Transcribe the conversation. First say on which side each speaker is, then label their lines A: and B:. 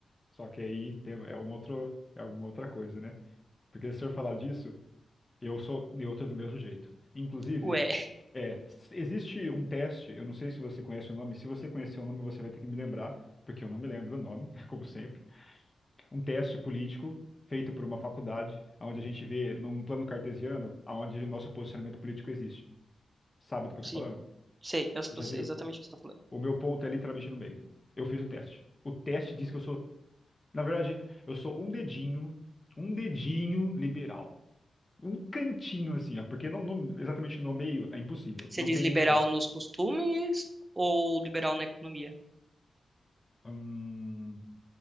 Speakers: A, on the left; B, on the right.
A: Só que aí tem, é um outro, é uma outra coisa, né? Porque se eu falar disso, eu sou neutro do mesmo jeito. Inclusive,
B: Ué, <laughs>
A: é, s- existe um teste, eu não sei se você conhece o nome. Se você conhecer o nome, você vai ter que me lembrar, porque eu não me lembro o nome, <laughs> como sempre. um teste político feito por uma faculdade, onde a gente vê num plano cartesiano aonde o nosso posicionamento político existe. Sabe do que eu
B: sim,
A: tô falando?
B: sei, eu,
A: Já
B: eu sei
A: viu?
B: exatamente o que você tá falando.
A: O meu ponto é literalmente no meio. Eu fiz o teste. O teste diz que eu sou, na verdade, eu sou um dedinho, um dedinho liberal. Um cantinho assim, ó, porque não, no- exatamente no meio é impossível,
B: Você
A: não
B: diz
A: tem
B: liberal
A: nenhum teste.
B: nos costumes ou liberal na economia?
A: Hum,